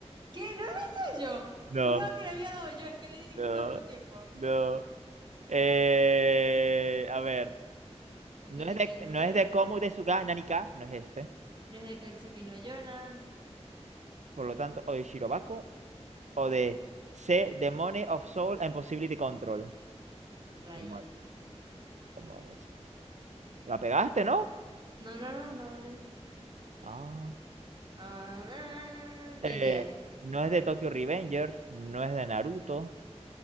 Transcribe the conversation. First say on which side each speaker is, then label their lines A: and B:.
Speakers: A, on the right; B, on the right.
A: ¿Qué? ¿No lo hice yo?
B: No,
A: Juraba que le había dado yo, es que le di
B: no,
A: justo al mismo tiempo.
B: no. Eh, a ver.
A: Ok,
B: No
A: de
B: es
A: aquí
B: de,
A: no
B: no
A: es.
B: es de Komu de Suga Nanika, no es este.
A: No es de Katsuki no Yona.
B: Por lo tanto, o de Shirobako, o de C, Demone of Soul and Possibility Control.
A: Rayo.
B: Demo- Demonios. La pegaste, ¿no?
A: No, no, no, no le di.
B: Ah.
A: Ah, ni
B: Eh,
A: idea.
B: no es de Tokyo Revenger, no es de Naruto,